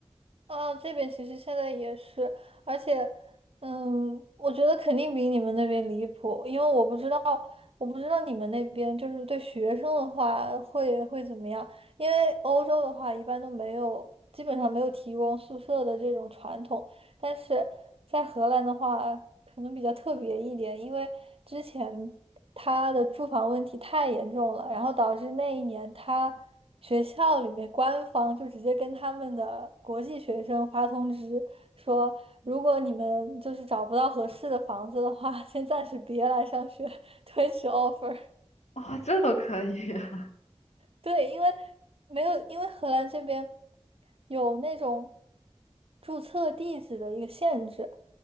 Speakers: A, on the right; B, on the left.
A: 啊，这边其实现在也是，而且，嗯，我觉得肯定比你们那边离谱，因为我不知道，我不知道你们那边就是对学生的话会会怎么样，因为欧洲的话一般都没有，基本上没有提供宿舍的这种传统，但是在荷兰的话，可能比较特别一点，因为之前他的住房问题太严重了，然后导致那一年他学校里面官方就直接跟他们的国际学生发通知说，如果你们就是找不到合适的房子的话，<laughs> 先暂时别来上学，推迟 offer。
B: 哦，这都可以。<laughs>
A: 对，因为没有，因为荷兰这边有那种注册地址的一个限制，